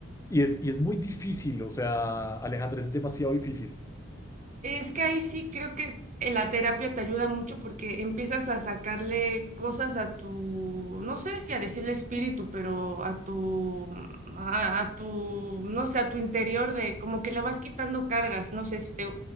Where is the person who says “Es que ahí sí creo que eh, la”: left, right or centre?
Right